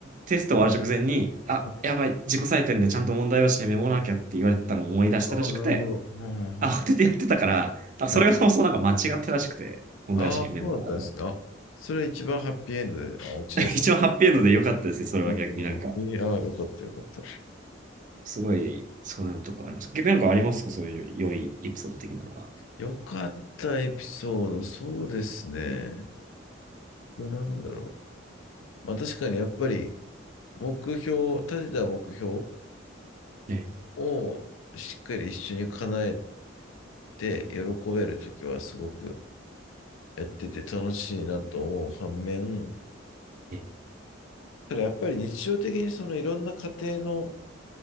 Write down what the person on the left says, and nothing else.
はい。
ああ、なるほど。うんうんうん
はい。
ああ、そうだったんですね。あ、それ一番ハッピーエンドで、あ、オチです。
ああえー、あーよかったよかった。
よかったエピソード、そうですね。これなんだろう。まあ確かにやっぱり目標、立てた目標
をしっかり一緒に叶えて喜べるときはすごくやってて楽しいなと思う反面、
ただやっぱり日常的にそのいろんな家庭の、